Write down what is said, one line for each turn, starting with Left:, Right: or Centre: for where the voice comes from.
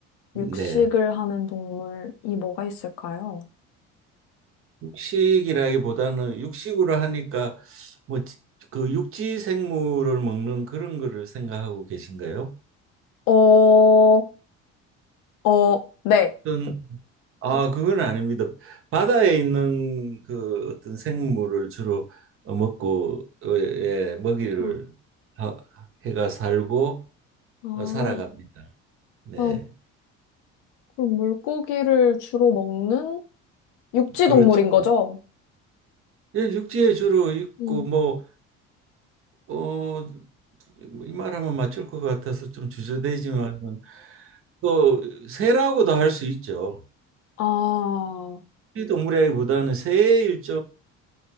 Right: 네.
Left: 육식을 하는 동물이 뭐가 있을까요?
Right: 육식이라기보다는 육식으로 하니까 뭐 그 육지 생물을 먹는 그런 거를 생각하고 계신가요?
Left: 어, 어, 네.
Right: 어떤 아 그건 아닙니다. 바다에 있는 그 어떤 생물을 주로 어, 먹고 어, 예, 먹이를
Left: 아,
Right: 하- 해가 살고
Left: 아,
Right: 어, 살아갑니다. 네,
Left: 아, 그럼 물고기를 주로 먹는 육지
Right: 그렇죠.
Left: 동물인 거죠?
Right: 예, 육지에 주로 있고
Left: 음.
Right: 뭐 어 이 말하면 맞출 것 같아서 좀 주저되지만 또 새라고도 할 수 있죠.
Left: 아, 어,
Right: 동물이라기보다는 새의